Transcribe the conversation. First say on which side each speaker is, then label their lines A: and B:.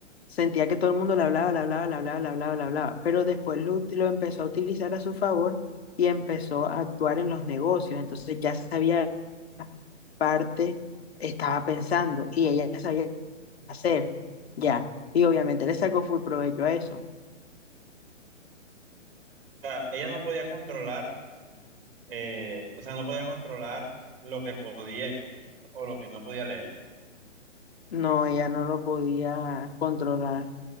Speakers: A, on the left (about 55°); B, on the right (about 50°).
A: sentía que todo el mundo le hablaba, le hablaba, le hablaba, le hablaba, le hablaba, pero después lo, ut- lo empezó a utilizar a su favor y empezó a actuar en los negocios, entonces ya sabía parte estaba pensando y ella ya sabía qué hacer, ya, y obviamente le sacó full provecho a eso.
B: sea, ella no podía controlar, eh, o sea, no podía controlar lo que podía o lo que no podía leer.
A: No, ella no lo podía controlar.